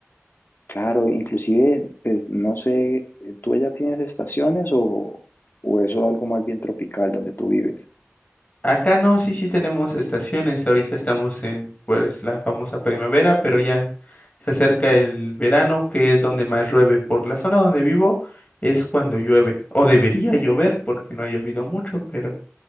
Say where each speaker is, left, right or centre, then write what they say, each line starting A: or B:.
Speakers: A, on the left; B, on the left.
A: Claro, inclusive, pues no sé, ¿tú ya tienes estaciones o, o eso algo más bien tropical donde tú vives?
B: Acá no, sí, sí tenemos estaciones. Ahorita estamos en, pues, la famosa primavera, pero ya se acerca el verano, que es donde más llueve. Por la zona donde vivo es cuando llueve, o debería llover, porque no ha llovido mucho, pero